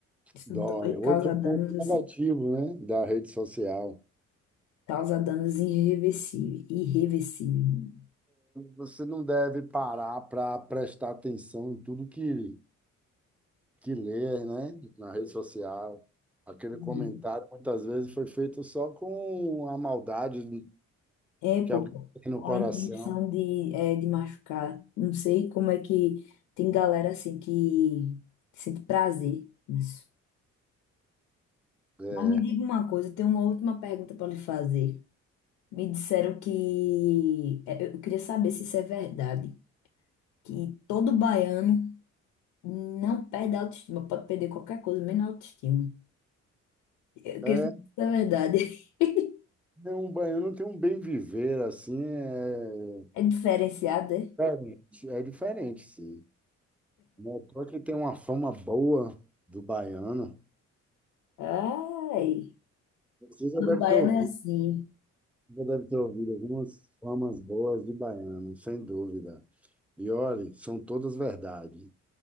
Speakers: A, on the left (about 85°); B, in the centre.
A: Isso
B: Dói.
A: dói, e
B: Outro
A: causa
B: ponto
A: danos assim,
B: negativo, né, da rede social.
A: causa danos irreversíveis, irreversíveis.
B: Você não deve parar para prestar atenção em tudo que, que lê, né, na rede social. Aquele
A: Uhum.
B: comentário muitas vezes foi feito só com a maldade
A: É, pô,
B: que alguém tem no
A: com
B: coração.
A: a intenção de, é, de machucar. Não sei como é que tem galera assim que sente prazer nisso.
B: É,
A: Mas me diga uma coisa, eu tenho uma última pergunta para lhe fazer. Me disseram que. é, Eu queria saber se isso é verdade. Que todo baiano não perde a autoestima, pode perder qualquer coisa, menos a autoestima. Eu queria
B: é
A: saber se isso é verdade. <laughs>
B: né, um baiano tem um bem viver assim, é
A: É diferenciado, é?
B: é diferente, é diferente, sim. Não é à toa que tem uma fama boa do baiano.
A: Ai,
B: Você já
A: todo
B: deve
A: baiano
B: ter ouvido.
A: é assim.
B: Já deve ter ouvido algumas famas boas de baiano, sem dúvida. E olhe, são todas verdade.